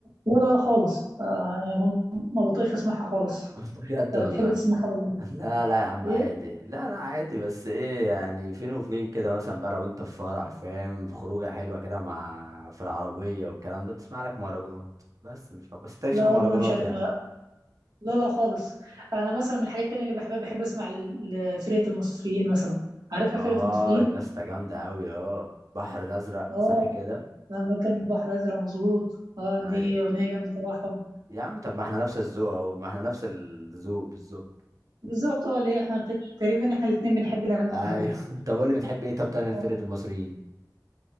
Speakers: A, on the right; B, on the right.
A: لا لا خالص آه، يعني ما ما بطيقش اسمعها خالص
B: <laughs> بجد
A: انت
B: والله
A: بتحب تسمعها ولا
B: لا لا يا عم
A: ايه
B: عادي لا لا عادي بس ايه يعني فين وفين كده مثلا بقى لو انت في فرح فاهم في خروجه حلوه كده مع في العربيه والكلام ده تسمع لك مهرجانات بس مش هو. بس انت لكش
A: لا
B: في المهرجانات
A: والله مش عارف
B: يعني
A: ما. لا لا خالص انا مثلا من الحاجات التانية اللي بحبها بحب اسمع ل- لفرقة المصريين مثلا عارفها
B: اه
A: فرقة المصريين
B: يا اسطى جامده قوي اه بحر الازرق
A: اه
B: صح كده
A: لما كان البحر ازرق مظبوط اه دي
B: ايوه
A: اغنية جامدة تبعهم
B: يا عم طب ما احنا نفس الذوق اهو ما احنا نفس الذوق بالظبط
A: وبالظبط اه اللي هي احنا بت- تقريبا احنا الاتنين بنحب الاغاني
B: ايوه
A: الهادية
B: <laughs> طب قول لي بتحب ايه طب تاني
A: اه
B: فرقه المصريين